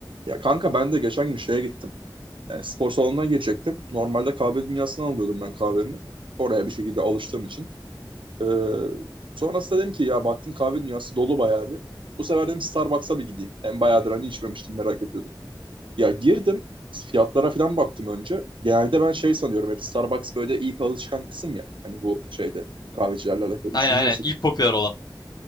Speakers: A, on the right; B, on the left.
A: Ya kanka ben de geçen gün şeye gittim. Yani spor salonuna girecektim. Normalde kahve dünyasından alıyordum ben kahvemi. Oraya bir şekilde alıştığım için. Ee, sonrasında dedim ki ya baktım kahve dünyası dolu bayağı bir. Bu sefer dedim Starbucks'a bir gideyim. Hem bayağıdır hani içmemiştim merak ediyordum. Ya girdim fiyatlara falan baktım önce. Genelde ben şey sanıyorum hep Starbucks böyle ilk alı çıkan kısım ya. Hani bu şeyde kahvecilerle alakalı. Üçüncü
B: Aynen aynen
A: nesil
B: ilk popüler olan.